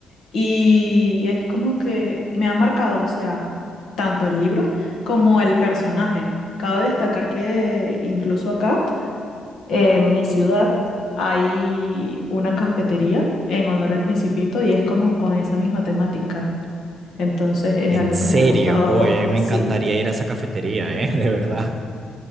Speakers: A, on the left; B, on the right.
A: Y es como que me ha marcado, o sea, tanto el libro como el personaje. Cabe destacar que incluso acá En mi ciudad hay una cafetería en honor al Principito y es como con esa misma temática. Entonces es
B: En
A: algo
B: serio,
A: que me ha gustado
B: oye,
A: bastante,
B: a mí me encantaría
A: sí.
B: ir a esa cafetería, ¿eh? <laughs> De verdad.